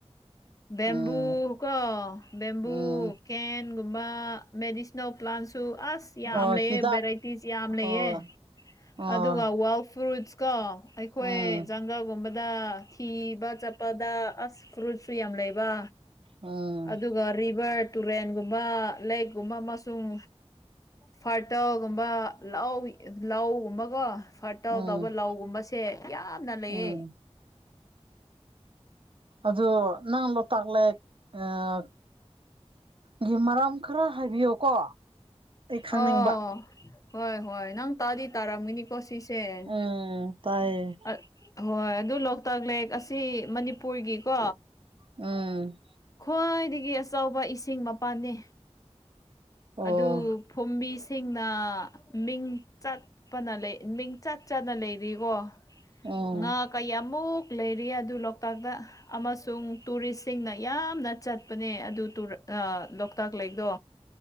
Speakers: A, on the left; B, on the right.
A: ꯕꯦꯝꯕꯨ
B: ꯎꯝ
A: ꯀꯣ ꯕꯦꯝꯕꯨ
B: ꯎꯝ
A: ꯀꯦꯟꯒꯨꯝꯕ ꯃꯦꯗꯤꯁꯤ ꯏꯅꯧ ꯄ꯭ꯂꯥꯟꯁꯨ ꯑꯁ ꯌꯥꯝ
B: ꯑꯣ
A: ꯂꯩꯌꯦ
B: ꯍꯤꯗꯥꯛ
A: ꯚꯦꯔꯥꯏꯇꯤꯁ ꯌꯥꯝ ꯂꯩꯌꯦ
B: ꯍꯣꯏ ꯍꯣꯏ
A: ꯑꯗꯨꯒ ꯋꯥꯏꯜ ꯐ꯭ꯔꯨꯠꯁ ꯀꯣ ꯑꯩꯈꯣꯏ
B: ꯎꯝ
A: ꯖꯪꯒꯜ ꯒꯨꯝꯕꯗ ꯊꯤꯕ ꯆꯠꯄꯗ ꯑꯁ ꯐ꯭ꯔꯨꯠ ꯁꯨ ꯌꯥꯝ ꯂꯩꯕ
B: ꯎꯝ
A: ꯑꯗꯨꯒ ꯔꯤꯚꯔ ꯇꯨꯔꯦꯟꯒꯨꯝꯕ ꯂꯦꯛꯒꯨꯝꯕ ꯑꯃꯁꯨꯡ ꯐꯔꯇꯜꯒꯨꯝꯕ ꯂꯧ ꯂꯧꯒꯨꯝꯕꯀꯣ ꯐꯔꯇꯜ
B: ꯎꯝ
A: ꯇꯧꯕ ꯂꯧꯒꯨꯝꯕꯁꯦ ꯌꯥꯝꯅ ꯂꯩꯌꯦ
B: ꯎꯝ ꯑꯗꯨ ꯅꯪ ꯂꯣꯛꯇꯥꯛ ꯂꯦꯛ ꯑꯥ ꯒꯤ ꯃꯔꯝ ꯈꯔ ꯍꯥꯏꯕꯤꯌꯣꯀꯣ ꯑꯩ ꯈꯪꯅꯤꯡꯕ
A: ꯑꯣ ꯍꯣꯏ ꯍꯣꯏ ꯅꯪ ꯇꯥꯗꯤ ꯇꯥꯔꯝꯒꯤꯅꯤꯀꯣ ꯁꯤꯁꯦ
B: ꯎꯝ ꯇꯥꯢꯌꯦ
A: ꯑꯠ ꯍꯣꯏ ꯑꯗꯨ ꯂꯣꯛꯇꯥꯛ ꯂꯦꯛ ꯑꯁꯤ ꯃꯅꯤꯄꯨꯔꯒꯤꯀꯣ
B: ꯎꯝ
A: ꯈ꯭ꯋꯥꯏꯗꯒꯤ ꯑꯆꯧꯕ ꯏꯁꯤꯡ ꯃꯄꯥꯟꯅꯦ
B: ꯑꯣ
A: ꯑꯗꯨ ꯐꯨꯝꯕꯤꯁꯤꯡꯅ ꯃꯤꯡ ꯆꯠ ꯄꯅ ꯂꯦ ꯃꯤꯡ ꯆꯠ ꯆꯠꯅ ꯂꯩꯔꯤꯀꯣ
B: ꯎꯝ
A: ꯉꯥ ꯀꯌꯥꯃꯨꯛ ꯂꯩꯔꯤ ꯑꯗꯨ ꯂꯣꯛꯇꯥꯛꯗ ꯑꯃꯁꯨꯡ ꯇꯨꯔꯤꯁꯁꯤꯡꯅ ꯌꯥꯝꯅ ꯆꯠꯄꯅꯦ ꯑꯗꯨ ꯇꯨꯔ ꯑꯥ ꯂꯣꯛꯇꯥꯛ ꯂꯦꯛꯗꯣ